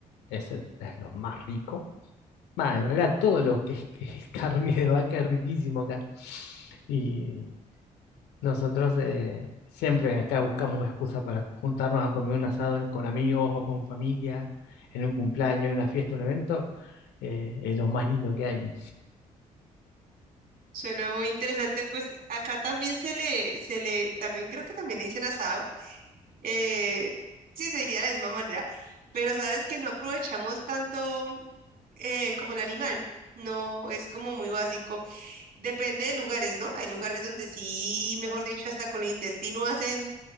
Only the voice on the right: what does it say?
Suena muy interesante, pues acá también se le, se le, también creo que también le dicen asado. eh, sí, se diría de la misma manera, pero sabes que no aprovechamos tanto eh, como el animal, no es como muy básico. Depende de lugares, ¿no? Hay lugares donde sí, mejor dicho, hasta con el intestino hacen